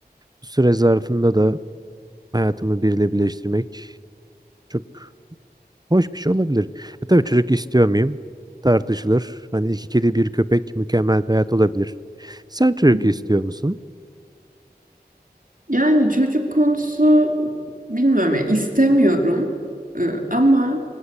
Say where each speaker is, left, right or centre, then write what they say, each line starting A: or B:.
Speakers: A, on the right; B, on the right.
A: Bu süre zarfında da hayatımı biriyle birleştirmek çok hoş bir şey olabilir. E tabii çocuk istiyor muyum? Tartışılır. Hani iki kedi bir köpek mükemmel bir hayat olabilir. Sen çocuk
B: hı.
A: istiyor musun?
B: Yani çocuk konusu bilmiyorum ya istemiyorum Ee, ama